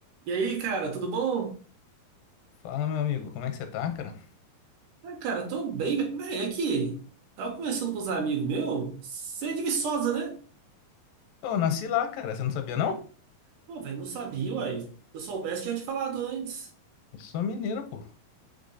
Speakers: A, on the right; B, on the left.
A: E aí, cara, tudo bom?
B: Fala, meu amigo, como é que você tá, cara?
A: Ah, cara, tô bem, velho. Véi, Aqui, tava conversando com os amigos meu. Você é de Viçosa, né?
B: Pô, eu nasci lá, cara, você não sabia, não?
A: Pô, velho, não sabia, uai. Se eu soubesse, tinha te falado antes.
B: Eu sou mineiro, pô.